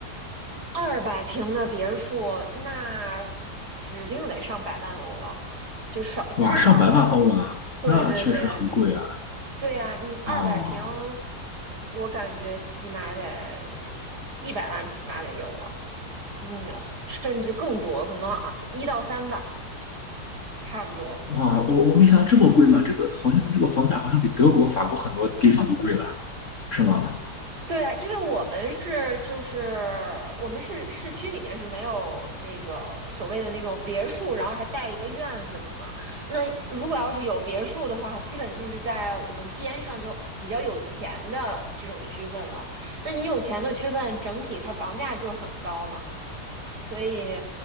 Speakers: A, on the right; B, on the left.
A: 二百平的别墅，那指定得上百万欧了，就少至少了。
B: 哇，上百万欧啊，
A: 对对对
B: 那确实很贵啊。
A: 对呀，你二百平，
B: 哦，
A: 我感觉起码得这一百万起码得有了，嗯，甚至更多，可能啊一到三吧，差不多。
B: 哇，我我没想到这么贵嘛！这个好像这个房价好像比德国、法国很多地方都贵了，是吗？
A: 对啊，因为我们是就是我们是市区里面是没有这个所谓的那种别墅，然后还带一个院子的嘛。那如果要是有别墅的话，基本就是在我们边上就比较有钱的这种区分了。那你有钱的区分，整体它房价就是很高嘛，所以